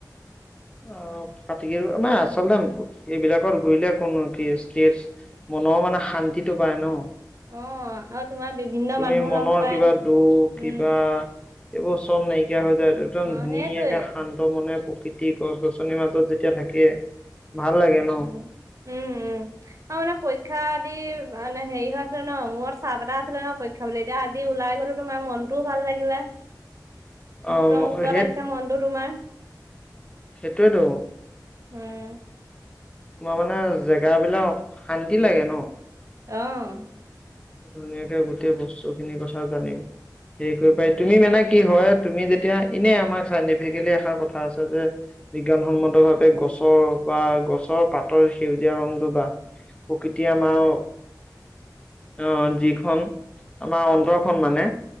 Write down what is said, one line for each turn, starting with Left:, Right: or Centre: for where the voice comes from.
Left: অ পতি মানে আচলতে এইবিলাকত ঘূৰিলে কোনো কেছ তেজ মনৰ মানে শান্তিটো পায় ন
Right: অ আৰু তোমাৰ বিভিন্ন
Left: তুমি
Right: মানুহ
Left: মনৰ
Right: লগ পাই
Left: কিবা দুখ
Right: উম
Left: কিবা। এইবোৰ চল নাইকিয়া হৈ যায়টো একদম
Right: অ
Left: ধুনীয়াকে
Right: সেইটোৱে
Left: শান্ত মনে প্ৰকৃতি। গছ-গছনিৰ মাজত যেতিয়া থাকে। ভাল লাগে ন
Right: উম, উম, উম আৰু মানে পৰীক্ষা আদি। মানে হেৰি হৈ আছিলে ন মোৰ চাহ এটা আছিলে ন পৰক্ষা বুলি এতিয়া আজি ওলাই গ'ল তোমাৰ মনতটোও ভাল লাগিলে।
Left: অ',
Right: মুক্ত মুক্ত লাগিছে মনটো তোমাৰ।
Left: সেইটোইটো
Right: উম
Left: তোমাৰ মানে জেগা বিলাক শান্তি লাগে ন
Right: আহ
Left: ধুনীয়াকে গোটেই বস্তু খিনি কথা জানিম হে কৰিব পাই
Right: উম,
Left: তুমি মানে কি হয়? তুমি যেতিয়া এনেই আমাক চাইণ্টিফিকেলি এষাৰ কথা আছে যে বিজ্ঞানসন্মত ভাৱে গছৰ বা গছৰ পাতৰ সেউজীয়া ৰং দুটা প্ৰকৃতিয়ে আমাৰ অ
Right: <inaudible>
Left: আহ যিখন আমাৰ অন্তৰখন মানে